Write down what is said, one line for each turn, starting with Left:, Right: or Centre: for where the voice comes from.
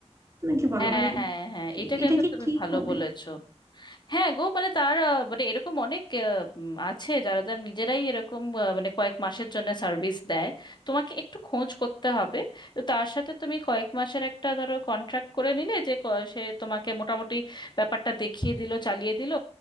Right: তুমি কি বলো
Left: হ্যাঁ
Right: মানে
Left: হ্যাঁ হ্যাঁ
Right: এ-
Left: এটা কিন্তু
Right: এটা কি
Left: তুমি
Right: ঠিক
Left: ভালো
Right: হবে
Left: বলেছো হ্যাঁ গো মানে তার আহ, মানে এরকম অনেক আহ, উম, আছে যারা যারা নিজেরাই এরকম আহ, মানে কয়েক মাসের জন্য সার্ভিস দেয় তোমাকে একটু খোঁজ করতে হবে তো তার সাথে তুমি কয়েক মাসের একটা ধরো কন্ট্রাক্ট করে নিলে যে ক- সে তোমাকে মোটামুটি ব্যাপারটা দেখিয়ে দিল চালিয়ে দিল